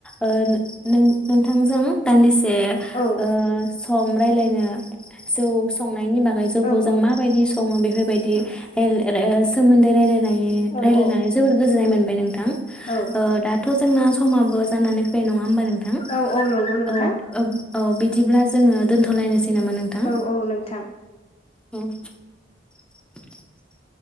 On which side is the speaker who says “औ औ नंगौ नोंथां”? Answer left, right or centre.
Left